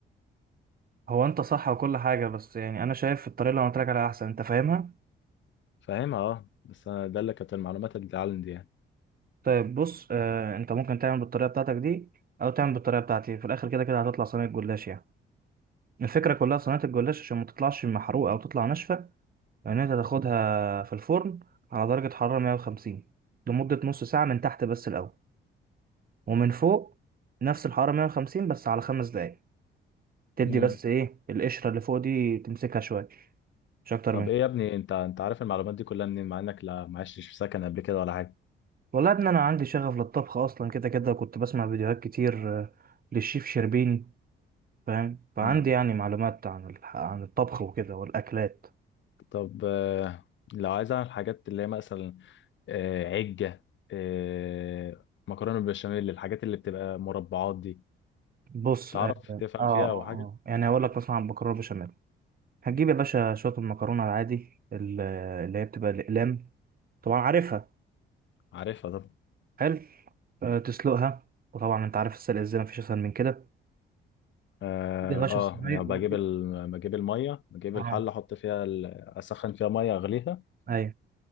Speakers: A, on the right; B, on the left.
A: هو انت صح وكل حاجة بس يعني انا شايف الطريقة اللي انا قلت لك عليها احسن انت فاهمها
B: فاهمها اه بس أنا ده اللي كانت المعلومات اللي عندي يعني
A: طيب بص آه انت ممكن تعمل بالطريقة بتاعتك دي او تعمل بالطريقة بتاعتي في الاخر كده كده هتطلع صينية جلاش يعني الفكرة كلها في صينية الجلاش عشان ما تطلعش محروقة او تطلع ناشفة يعني انت تاخدها في الفرن على درجة حرارة 150 لمدة نص ساعة من تحت بس الأول ومن فوق نفس الحرارة 150 بس على خمس دقايق تدي
B: امم
A: بس ايه القشرة اللي فوق دي تمسكها شوية مش أكتر
B: طب
A: من
B: ايه
A: كده
B: يا ابني انت انت عارف المعلومات دي كلها منين مع انك لا ما عشتش في سكن قبل كده ولا حاجه
A: والله يا ابني أنا عندي شغف للطبخ أصلا كده كده كنت بسمع فيديوهات كتير آه، للشيف شربيني فاهم فعندي
B: اه
A: يعني معلومات عن الح- عن الطبخ وكده والأكلات
B: طب آه، لو عايز اعمل حاجات اللي هي مثلا آه، عجة آه، مكرونة بالبشاميل الحاجات اللي بتبقى مربعات دي
A: بص
B: تعرف
A: اه اه,
B: تفهم
A: آه. آه.
B: فيها أو حاجة
A: يعني هقول لك مثلا عن المكرونة بشاميل هتجيب يا باشا شوية المكرونة العادي ال- اللي هي بتبقى الأقلام طبعا عارفها
B: عارفها طبعا
A: حلو أه تسلقها وطبعا انت عارف السلق ازاي مفيش اسهل من كده
B: اه
A: تجيب يا باشا
B: آه،
A: الصينية
B: يعني
A: وتجيب-
B: بجيب ال... بجيب المية بجيب
A: اه
B: الحلة احط فيها ال... اسخن فيها مية اغليها
A: ايوه